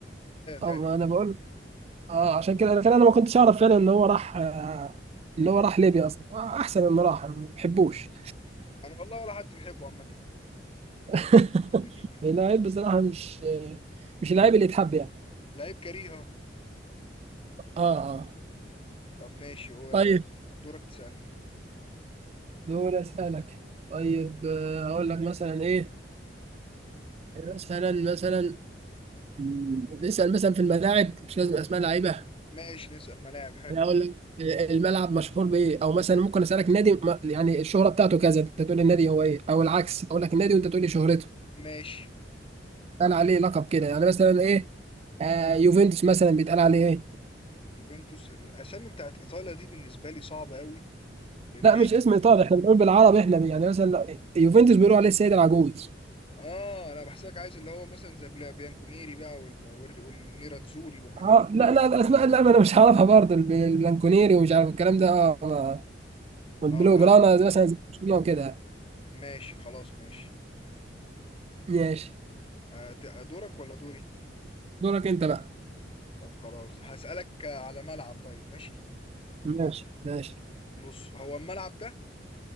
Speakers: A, on the right; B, on the left.
A: اه
B: يعني
A: ما انا بقول اه عشان كده فعلا انا ما كنتش اعرف فعلا ان هو راح آه، ان هو راح ليبيا اصلا آه، احسن انه راح أنا ما بحبوش
B: انا والله ولا حد بيحبه عامة
A: <laughs>
B: <laughs>
A: اللاعب بصراحه مش مش اللاعب اللي يتحب يعني
B: لعيب كريهة
A: اه اه
B: طب ماشي هو
A: طيب
B: دورك تسألني
A: دول اسالك طيب آه، اقول لك مثلا ايه مثلا مثلا مم، نسال مثلا في الملاعب مش لازم اسماء لعيبه
B: ماشي نسأل ملاعب حلو
A: انا اقول لك آه، الملعب مشهور بايه او مثلا ممكن اسالك نادي م- يعني الشهره بتاعته كذا انت تقول لي النادي هو ايه او العكس اقول لك النادي وانت تقول لي شهرته
B: ماشي
A: قال عليه لقب كده يعني مثلا ايه آه يوفنتوس مثلا بيتقال عليه ايه
B: يوفنتوس الاسامي بتاعت ايطاليا دي بالنسبة لي صعبة قوي لان
A: لا
B: هي
A: مش اسم ايطالي احنا بنقول بالعربي احنا يعني مثلا لا، يوفنتوس بيقولوا عليه السيد العجوز
B: اه انا بحسبك عايز اللي هو مثلا زي بلا- بيانكونيري بقى وال... وال... والنيراتزوري والحاجات
A: اه
B: دي
A: لا لا الاسماء لا ما انا مش عارفها برضه الب- البلانكونيري ومش عارف الكلام ده اه ما- والبلو
B: اه فهمت
A: جرانا زي مثلا زي برشلونه وكده يعني.
B: ماشي خلاص ماشي
A: ماشي
B: آه، ت- دورك ولا دوري
A: دورك انت بقى
B: طب خلاص هسألك على ملعب طيب ماشي
A: ماشي ماشي
B: بص هو الملعب ده